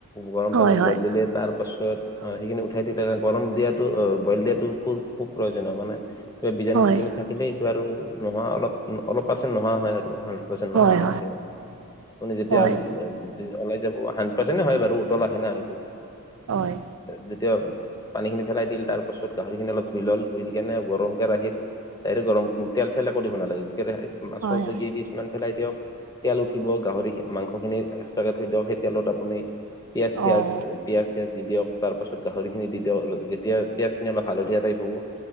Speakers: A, on the left; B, on the right.
A: গৰম
B: হয়
A: পানীত
B: হয়
A: দে, তাৰ পাছত
B: হয়
A: অ, সেইখিনি উঠাই দিলে, গৰম দিয়াটো অ, বইল দিয়াটো খুব প্ৰয়োজনীয় হয় মানে কিবা বীজাণু-চিজানু
B: হয়
A: থাকিলেই এইটো আৰু নোহোৱা, অলপ-অলপ পাছত নোহোৱা হয় আৰু উম, কৈছে নহয়
B: হয়
A: আৰু
B: হয়
A: নহয়, দিয়ক আপুনি যেতিয়া
B: হয়
A: <unintelligible> ওলাই যাব হান্ডেৰেটপাৰ্চেন্ট হয় বাৰু, উতল আহে না এইটো।
B: হয়।
A: যেতিয়া পানী খিনি ফেলাই দিল, তাৰ পাছত গাহৰি খিনি অলপ ধুই ল'ল, ধুই কেনে গৰম কেৰাহিত ডাইৰেক্ট গৰম তেল-চেল একো দিব নালাগে, কেৰাহিত
B: হয় হয় হয়
A: <inaudible> পেলাই দিয়ক, তেল উঠিব
B: হয়
A: গাহৰি মাংস মাংসখিনি একচটাকে থৈ দিয়ক, সেইতেলত আপুনি পিয়াজ-থিয়াজ
B: অঁ
A: পিয়াজ-থিয়াজ দি দিয়ক, তাৰপাছত গাহৰি খিনি দি দিয়ক, যেতিয়া পিঁয়াজ খিনি অলপ হালধীয়া টাইপ হ'ব।